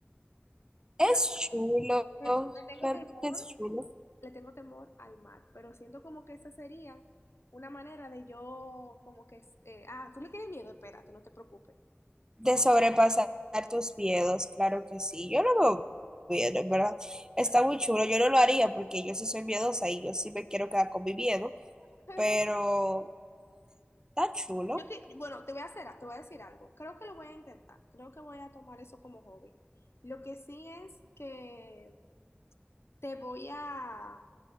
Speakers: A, on the right (about 15°); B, on the left (about 75°).
A: Es
B: O sea,
A: chulo,
B: es- le tengo
A: realmente
B: temor,
A: es chulo.
B: le tengo temor al mar, pero siento como que esa sería una manera de yo, como que, eh, ah, tú le tienes miedo, espérate, no te preocupes.
A: De sobrepasar tus miedos, claro que sí. Yo lo veo bien, en verdad. Está muy chulo. Yo no lo haría porque yo sí soy miedosa y yo sí me quiero quedar con mi miedo,
B: <laughs>
A: pero está chulo.
B: Yo que, bueno, te voy a hacer, te voy a decir algo. Creo que lo voy a intentar. Creo que voy a tomar eso como hobby. Lo que sí es que te voy a